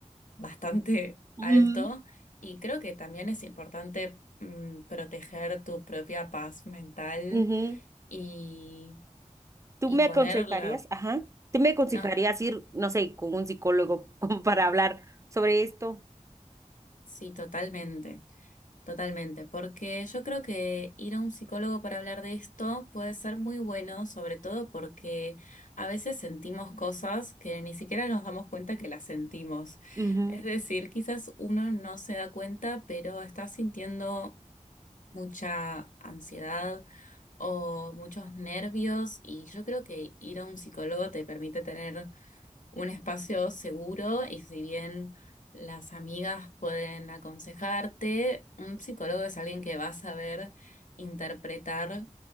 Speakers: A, on the left (about 80°); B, on the right (about 25°).
A: bastante alto
B: Ujú,
A: y creo que también es importante mm, proteger tu propia paz mental.
B: ujú.
A: Y
B: ¿Tú
A: y
B: me
A: ponerla.
B: aconsejarías? Ajá. ¿Tú me aconsejarías
A: No,
B: ir, no sé, con un psicólogo <laughs> como para hablar sobre esto?
A: sí, totalmente, totalmente, porque yo creo que ir a un psicólogo para hablar de esto puede ser muy bueno, sobre todo porque a veces sentimos cosas que ni siquiera nos damos cuenta que las sentimos.
B: Ujú,
A: Es decir, quizás uno no se da cuenta, pero está sintiendo mucha ansiedad o muchos nervios y yo creo que ir a un psicólogo te permite tener un espacio seguro y si bien las amigas pueden aconsejarte, un psicólogo es alguien que va a saber interpretar